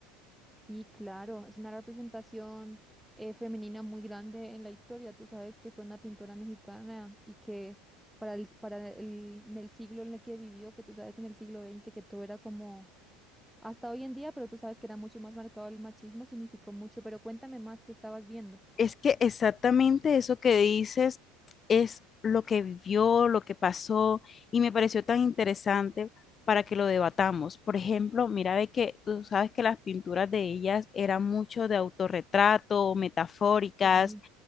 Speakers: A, in the centre; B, on the left.
A: Sí, claro, es una representación eh, femenina muy grande en la historia. Tú sabes que fue una pintora mexicana y que para el, para el, en el siglo en el que vivió, que tú sabes en el siglo veinte que todo era como hasta hoy en día, pero tú sabes que era mucho más marcado el machismo, significó mucho. Pero cuéntame más, ¿qué estabas viendo?
B: Es que exactamente eso que dices es lo que vivió, lo que pasó, y me pareció tan interesante para que lo debatamos. Por ejemplo, mira de que tú sabes que las pinturas de ellas eran mucho de autorretrato, metafóricas,
A: Sí,